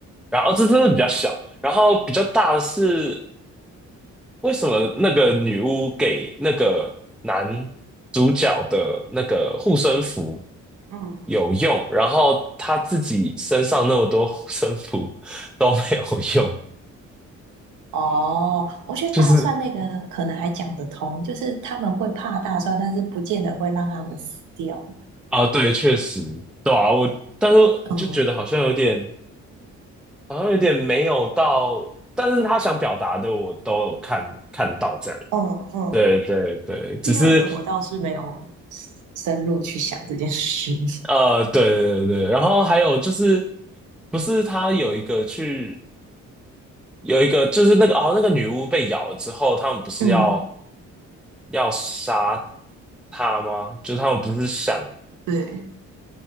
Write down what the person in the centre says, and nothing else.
然后这真的比较小。然后比较大的是，为什么那个女巫给那个男主角的那个护身符
有用，然后他自己身上那么多护身符都没有用？
就是
啊，对，确实，对啊，我但是就觉得好像有点，
好像有点没有到，但是他想表达的我都有看看到这样。
对对对，只是
呃，对对对对，然后还有就是，不是他有一个去有一个就是那个哦，那个女巫被咬了之后，他们不是要
要杀她吗？就是他们不是想